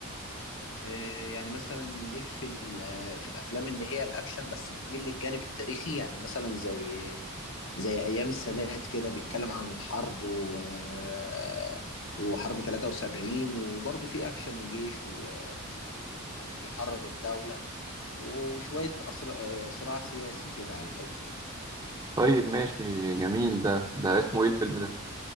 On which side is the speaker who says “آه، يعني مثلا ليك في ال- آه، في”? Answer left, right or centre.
Left